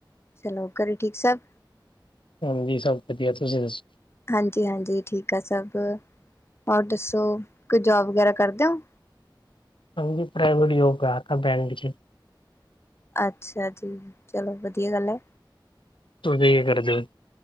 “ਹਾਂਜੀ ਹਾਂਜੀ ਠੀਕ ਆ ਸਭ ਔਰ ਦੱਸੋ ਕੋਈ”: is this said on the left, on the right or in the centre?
Left